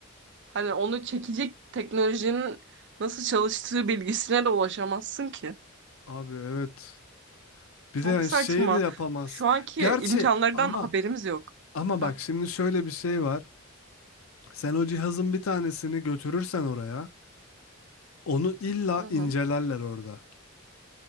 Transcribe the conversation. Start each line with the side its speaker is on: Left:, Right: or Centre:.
Right: Hani onu çekecek teknolojinin nasıl çalıştığı bilgisine de ulaşamazsın ki.
Left: Abi evet. Bir
Right: Çok
Left: de yani
Right: saçma.
Left: şeyi de yapamaz.
Right: Şu anki
Left: Gerçi
Right: imkanlardan
Left: ama
Right: haberimiz yok.
Left: ama
Right: Hah.
Left: bak şimdi şöyle bir şey var. Sen o cihazın bir tanesini götürürsen oraya, onu illa
Right: Hı hı.
Left: incelerler orada.